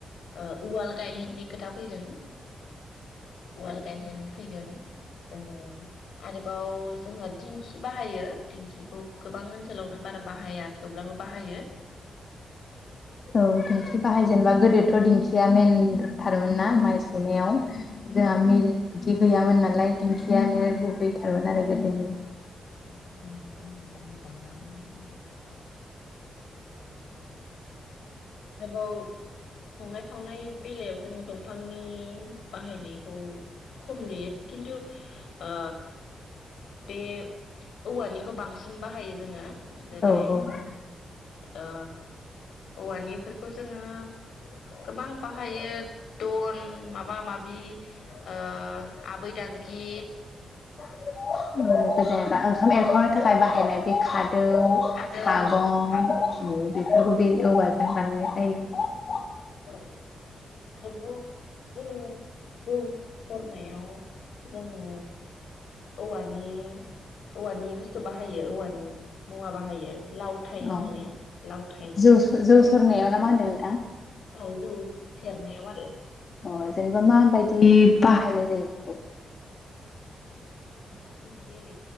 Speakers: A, on the left; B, on the left.
A: ओ उवाल गायहेननि खोथा फैगोन उवाल गायहेन फैगोन औ आरोबाव जोंहा दिंखि बाहायो दिंखिखौ गोबां ओनसोलावनो बारा बाहाया थेवब्लाबो बाहायो
B: औ
A: बाहायो
B: दिंखि
A: दंफांनि
B: बाहाय जेनबा
A: बेबो
B: गोदोथ' दिंखिया मेनथारमोन ना माइ सौनायाव जोंहा
A: औ
B: मि <unintelligible> गैयामोन नालाय दिंखियानो
A: औ
B: गुबैथारोमोन आरो गो बेनो
A: <unintelligible> आरोबाव संनाय खावनाय बेलायाव जोङो दंफांनि बाहायनायखौ खम नुयो खिन्थु ओ बे औवानिखौ बांसिन बाहायो जोङो जेरै
B: औ औ
A: ओ औवानिफोरखौ जोङो गोबां बाहायो दन माबा माबि ओ आबै दांगि
B: <inaudible> <inaudible> थाखाय बाहायनाय बे कार्ड दौ
A: खादौ
B: सागं
A: औ सागं
B: ओ बेफोरखौ
A: औ
B: बे औवा जों मोननाय जायो
A: औ <inaudible> जों जौ सरनायाव जोङो औवानि-औवानि बुस्थु बाहायो औवानि मुवा बाहायो लावथाय होनो
B: औ
A: ने लावथाय
B: जौसोर- जौसोरनायाव ना मा होनदों नोंथां
A: औ जौ सेरनायाव आरो
B: अ जेनेबा माबायदि बाहायनाय जायो बेखौ
A: <inaudible> बियो ओरै